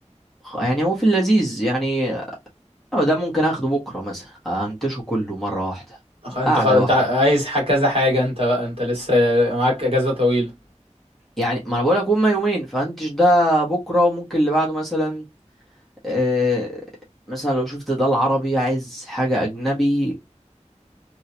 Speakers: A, in the centre; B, on the right (about 50°).
A: خ- يعني هو في اللذيذ يعني آه، ده ممكن اخده بكره مثلا انتشه كله مره واحده
B: خ- انت
A: قعده
B: خ... انت
A: واحده
B: عايز ح- كذا حاجة انت بقى انت لسه معاك اجازة طويلة
A: يعني ما انا بقولك هما يومين فانتش ده بكره وممكن اللي بعده مثلا آه مثلا لو شفت ده العربي عايز حاجه اجنبي